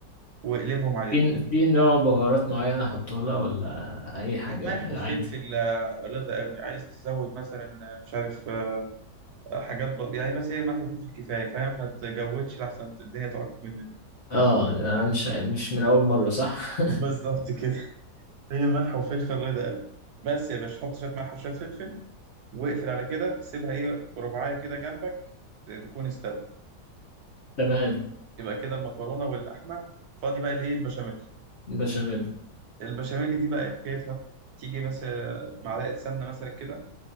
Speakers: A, on the right; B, on the left.
A: واقلبهم عليهم
B: في في نوع بهارات معينه احطه لها ولا اي حاجه
A: ملح وفلفل
B: عادي
A: آه، رضا قوي عايز تزود مثلا آه، مش عارف آه، حاجات ب... يعني بس هي ملح وفلفل كفايه فاهم ما تجودش لحسن الدنيا تعك مننا
B: اه أنا مش مش من اول مره صح
A: بالظبط كده هي ملح وفلفل رضا قوي بس يا باشا حط شويه ملح وشويه فلفل واقفل على كده سيبها ايه رباعيه كده جنبك تكون استوت
B: <laughs> تمام
A: يبقى يبقى كده المكرونه واللحمه فاضي بقى الايه البشاميل
B: بشاميل
A: البشاميل دي بقى إيه حكايتها تيجي مثلا معلقه سمنه مثلا كده